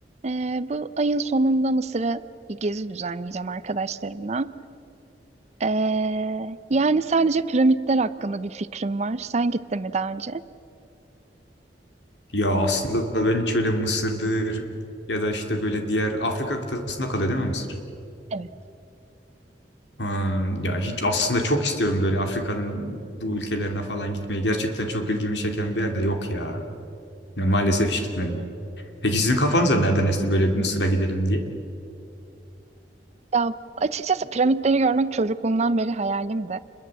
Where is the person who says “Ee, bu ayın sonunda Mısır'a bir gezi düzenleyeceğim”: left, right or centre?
Right